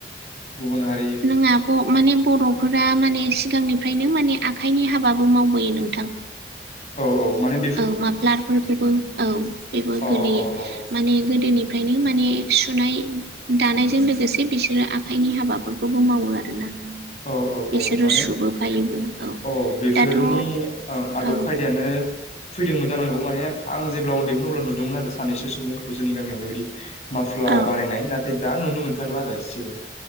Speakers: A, on the left; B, on the right.
A: गुबुन हारि
B: नों आब माने बर' फोरा माने सिगांनिफ्रायनो माने आखाइनि हाबाबो मावबोयो नोंथां
A: औ औ माने बे
B: औ माफ्लारफोरखौबो औ बेबो
A: अ
B: गोलैयो
A: अ अ
B: माने गोदोनिफ्रायनो माने सुनाय दानायजों लोगोसे बिसोरो आखाइनि हाबाफोरखौबो मावो आरोना।
A: औ औ
B: बिसोरो
A: औ माने
B: सुबोफायोबो
A: औ बेफोरनि
B: दाथ' औ
A: ओं आदब
B: औ
A: खायदायानो। फैदोंमोन जानांगौ माने आं जेब्ला उन्दैमोन अब्ला नुदोंमोन आरो सानैसो सुबुंफोरखौ जोंनि गामियाव बेबादि माफ्ला
B: औ
A: बानायनाय नाथाय दा नुनो मोनथारला आरो इसेबो